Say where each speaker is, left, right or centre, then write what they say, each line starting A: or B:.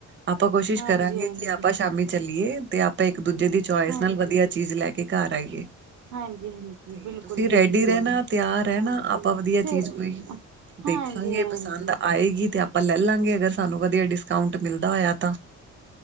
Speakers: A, on the right (about 40°); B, on the right (about 75°).
A: ਆਪਾਂ ਕੋਸ਼ਿਸ਼
B: ਹਾਂਜੀ
A: ਕਰਾਂਗੇ
B: ਹਾਂਜੀ
A: ਕਿ ਆਪਾਂ ਸ਼ਾਮੀ ਚੱਲੀਏ ਤੇ ਆਪਾਂ ਇੱਕ ਦੂਜੇ ਦੀ ਚੋਇਸ
B: ਹਾਂਜੀ
A: ਨਾਲ ਵਧੀਆ ਚੀਜ਼ ਲੈ ਕੇ ਘਰ ਆਈਏ।
B: ਹਾਂਜੀ ਹਾਂਜੀ
A: ਤੇ
B: ਬਿਲਕੁਲ
A: ਤੁਸੀਂ
B: ਜੀ
A: ਰੈਡੀ
B: ਬਿਲਕੁਲ
A: ਰਹਿਣਾ ਤਿਆਰ ਰਹਿਣਾ
B: ਹਾਂਜੀ
A: ਆਪਾਂ ਵਧੀਆ
B: ਚੱਲ
A: ਚੀਜ਼ ਕੋਈ
B: ਨਾ ਹਾਂਜੀ
A: ਦੇਖਾਂਗੇ
B: ਹਾਂਜੀ।
A: ਪਸੰਦ ਆਏਗੀ ਤੇ ਆਪਾਂ ਲੈ ਲਾਂਗੇ ਅਗਰ ਸਾਨੂੰ ਵਧੀਆ ਡਿਸਕਾਊਂਟ ਮਿਲਦਾ ਹੋਇਆ ਤਾਂ